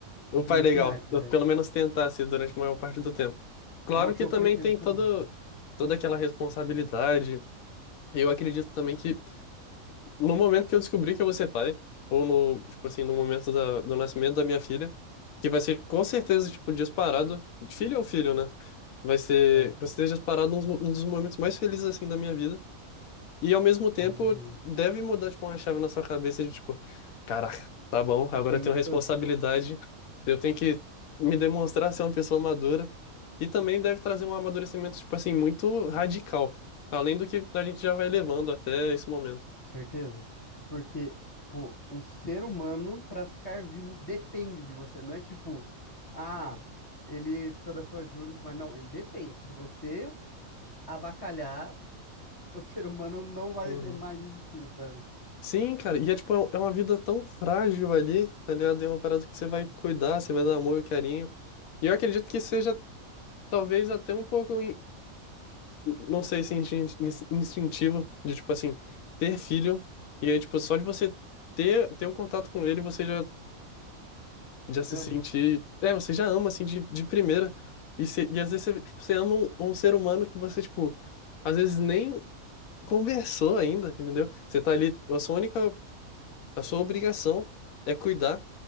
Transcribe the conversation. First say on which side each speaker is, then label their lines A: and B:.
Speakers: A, on the left; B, on the left.
A: O pai
B: Nesse
A: é legal.
B: naipe,
A: Eu,
B: velho.
A: pelo menos tentasse durante a maior parte do tempo. Claro
B: É o que
A: que
B: eu
A: também
B: pretendo
A: tem
B: também,
A: todo,
B: mano.
A: toda aquela responsabilidade. Eu acredito também que no momento que eu descobrir que eu vou ser pai, ou no, tipo assim, no momento da, do nascimento da minha filha, que vai ser com certeza, tipo, disparado, filho ou filho, né? Vai ser
B: É.
A: com certeza disparado um dos um dos momentos mais felizes, assim, da minha vida. E ao mesmo tempo,
B: Ah, imagino.
A: deve mudar, tipo, uma chave na sua cabeça de, tipo, caraca, tá bom, agora
B: Eu tenho.
A: eu tenho responsabilidade,
B: eu
A: eu tenho que me demonstrar ser uma pessoa madura. E também deve trazer um amadurecimento, tipo assim, muito radical. Além do que a gente já vai levando até esse momento.
B: Com certeza. Porque, pô, um ser humano, para ficar vivo, depende de você. Não é tipo, ah, ele precisa da sua ajuda, e tudo mais. não, ele depende. Se você avacalhar, <laughs> o ser humano não vai
A: Uhum.
B: ser- mais existir, sabe?
A: Sim, cara, e é tipo, é um, é uma vida tão frágil ali, tá ligado? É uma parada que você vai cuidar, você vai dar amor e carinho. E eu acredito que seja talvez até um pouco. não sei se é instin- ins- instintivo de, tipo assim, ter filho. E aí, tipo, só de você ter, ter o contato com ele, você já, já se
B: Ama.
A: sentir. É, você já ama, assim, de, de primeira. E, cê- e às vezes você, tipo, você ama um, um ser humano que você, tipo, às vezes nem conversou ainda, entendeu? Você tá ali, a sua única, a sua obrigação é cuidar